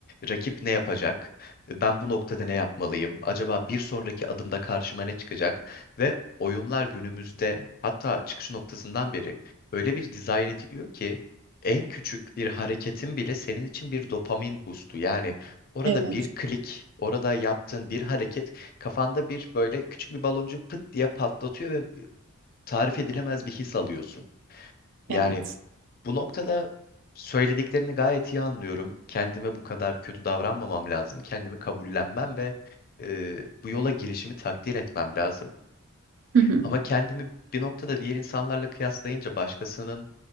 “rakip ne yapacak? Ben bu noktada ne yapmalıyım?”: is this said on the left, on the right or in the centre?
Left